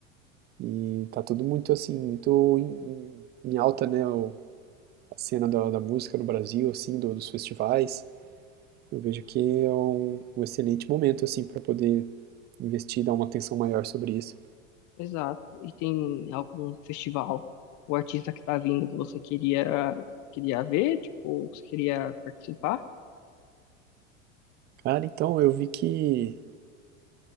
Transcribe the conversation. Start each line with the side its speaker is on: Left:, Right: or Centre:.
Right: e tá tudo muito assim, muito em, em- alta, né, o- a cena da, da música no Brasil, assim, do- dos festivais. Eu vejo que é um, um excelente momento assim para poder investir, dar uma atenção maior sobre isso.
Left: Exato. E tem algum festival, o artista que tá vindo que você queria, queria ver, tipo, ou que você queria participar?
Right: Cara, então eu vi que